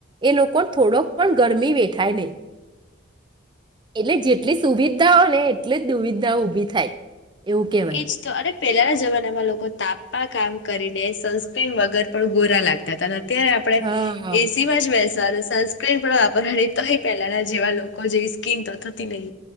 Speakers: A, on the right; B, on the left.
A: એ લોકો થોડોક પણ ગરમી વેઠાય નય. એટલે જેટલી સુવિધાઓને એટલી જ દુવિધાઓ ઊભી થાય. એવું કેવાય.
B: એજ તો અરે પેલાના જમાનામાં લોકો તાપમાં કામ કરીને સનસ્ક્રીન વગર પણ ગોરા લાગતા હતા અત્યારે આપરે
A: હા
B: એસીમાં જ બેસી સનસ્ક્રીન પણ વાપરની તોય પેલાના જેવા લોકો જેવી સ્કીિન તો થતી નય.